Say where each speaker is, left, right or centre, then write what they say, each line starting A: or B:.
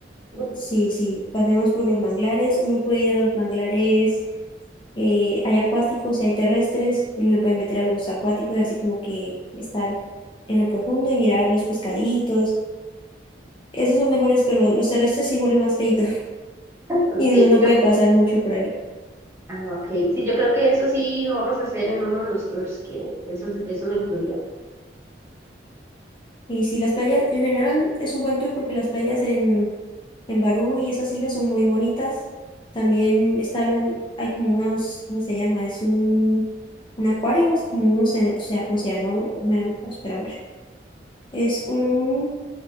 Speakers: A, on the right; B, on the left.
A: Bueno,
B: Sí, sí, paseamos por los manglares. Uno puede ir a los manglares, eh, hay acuáticos y hay terrestres. Uno se puede meter a los acuáticos, así como que estar en lo profundo y mirar los pescaditos. Esos son mejores que los, los terrestres, sí huelen más feitos <laughs>
A: ok,
B: y uno no
A: yo,
B: puede pasar mucho por ahí.
A: ah, ok. Sí, yo creo que eso sí lo vamos a hacer en uno de los tours, que eso, eso lo incluía.
B: Y sí, las playas en general es un buen tour porque las playas en, en Barú y esas islas son muy bonitas. También está, el- hay como unos, ¿cómo se llama? Es un, un acuario, es como un océano, océano, espera a ver. Es un